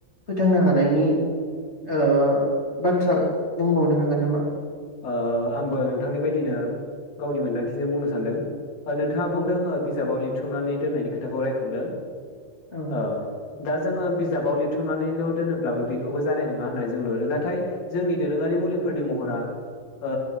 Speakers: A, on the left; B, on the left.
A: फोथांनो हानायनि ओ बाथ्रा बुंबावनो हागोन नामा
B: ओ आंबो नोंथांनि बादिनो गावनि मोनदांथिजों बुंनो सानदों ओ नोंथाङा ओ
A: औ
B: बुंदों बिजाबाव लिर बुथुमनानै दोननायनि खोथाखौ रायखांदों
A: औ
B: ओं दा जोङो बिजाबाव लिरथुमनानैल' दोनोब्लाबो बेखौबो जानाय नङा होननाय जों नुुहरो नाथाय जोंनि दोरोङारि मुलिफोरनि महरा ओ